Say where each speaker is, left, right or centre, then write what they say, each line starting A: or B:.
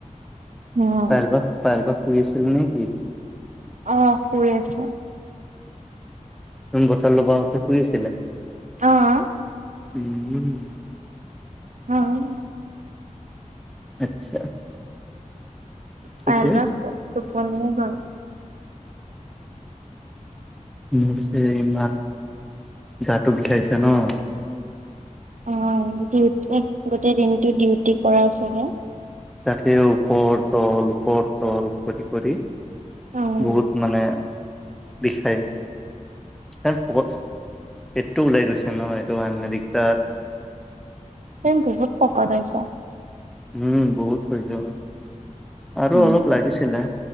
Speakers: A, on the right; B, in the centre.
A: অ'।
B: পেলব পেলবক শুই আছিল নেকি?
A: অহ শুই আছে
B: নোন বছাৰ লবতে শুৰি আছিলে
A: অঁ
B: উম
A: অঁ
B: আচ্ছা। ঠিকে
A: পাইল বা
B: আছে
A: তুপনি গ'ল
B: মোৰ যে ইমান গাটো বিষাছে ন
A: অঁ ডিউটি গোটেই দিনটো ডিউটি কৰা চাগে
B: তাকে ওপৰ তল ওপৰ তল কৰি কৰি
A: উম,
B: বহুত মানে বিষাই শকত পেটটো ওলাই গৈছে ন এইটো কাৰণে দিগদাৰ
A: তুমি বহুত শকত হৈছ
B: উম বহুত হৈ যায় আৰু
A: উম,
B: অলপ লাগিছিলে